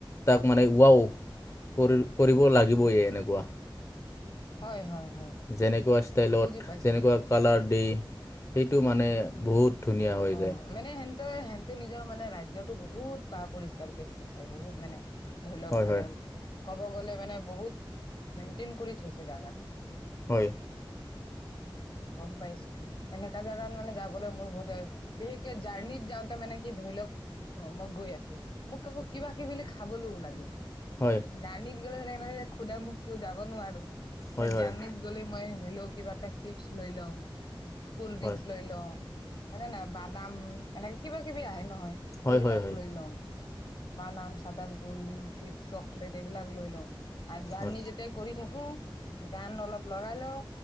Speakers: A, on the left (about 35°); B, on the left (about 60°).
A: তাক মানে ৱও কৰি কৰিব লাগিবয়ে এনেকুৱা
B: হয় হয়। হয়
A: যেনেকুৱা ষ্টাইলত
B: বুজি পাইছো
A: যেনেকুৱা কালাৰ দ সেইটো মানে বহুত ধুনীয়া হৈ
B: অ
A: যায়
B: মনে এন ত সিহতে নিজৰ মানে ৰাজ্যতো বহুত পা পৰিষ্কাৰকে থৈছে বহুত মানে ধৰি লওক
A: হয়
B: মানে
A: হয়
B: ক'ব গলে মানে বহুত মেইনটেইন কৰি থৈছে জটো
A: হয়
B: গম পাইছো এনেকা জেগাত মানে যাবলৈ মোৰ বহুতে বিশেষকে জাৰ্ণিত যাওঁতে মানে কি ধৰি লওক। অ মই গৈ আছো মোক আকৌ কিবা কিবি খাবলৈও লাগে।
A: হয়
B: জাৰ্নিত গ'লে স খুদা মোকো যাব নোৱাৰো
A: হয় হয়
B: জাৰ্নিত গ'লে মই ধৰি লও কিবা এটা চিপছ লৈ লওঁ কুল ড্ৰিংক
A: হয়
B: লৈ লওঁ হয়নে নাই? বাদাম এনেকে কিবা কিবি আহে নহয়
A: হয়
B: সেইবিলাক
A: হয় হয় হয়
B: লৈ লওঁ বাদাম চাদাম কল্ড ড্ৰিংক চিপ চকলেট এইবিলাক লৈ ল আৰু জাৰ্নি
A: হয়
B: যেতিয়া কৰি থাকো। গান অলপ লগাই লওঁ